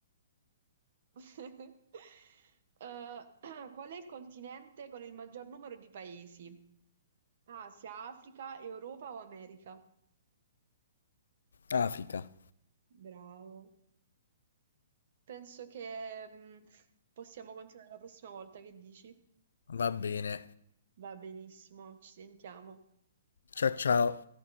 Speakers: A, on the right; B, on the left.
A: <laughs> Eh, <clears throat> qual è il continente con il maggior numero di paesi? Asia, Africa, Europa o America?
B: Africa.
A: Bravo. Penso che mm, possiamo continuare la prossima volta, che dici?
B: Va bene.
A: Va benissimo, ci sentiamo.
B: Ciao ciao.